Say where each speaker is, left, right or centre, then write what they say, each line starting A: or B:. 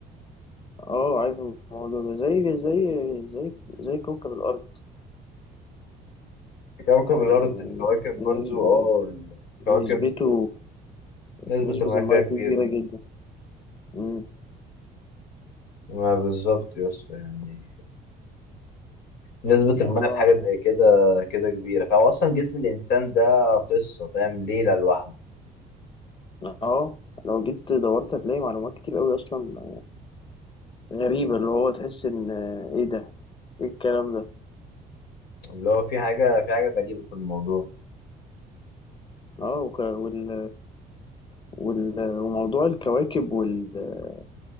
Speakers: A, on the left (about 30°); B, on the left (about 85°).
A: اه عارف الموضوع ده زي زي زي زي كوكب الأرض
B: كوكب الارض
A: يعني
B: الكواكب
A: نس-
B: برضو اه الكواكب
A: نسبته
B: نسبة
A: نسبة
B: المياه فيها
A: المية
B: كبيرة
A: فيه كبيرة جدا مم.
B: ما بالظبط يا اسطى يعني نسبة
A: موضوع
B: المية في حاجة زي كده كده كبيرة فهو أصلا جسم الإنسان ده قصة فاهم ليلة لوحده
A: اه لو جيت دورت هتلاقي معلومات كتير قوي أصلا غريبة اللي هو تحس إن إيه ده؟ إيه الكلام ده؟
B: اللي هو في حاجة في حاجة غريبة في الموضوع
A: آه وك... وال... وال... وموضوع الكواكب والكرة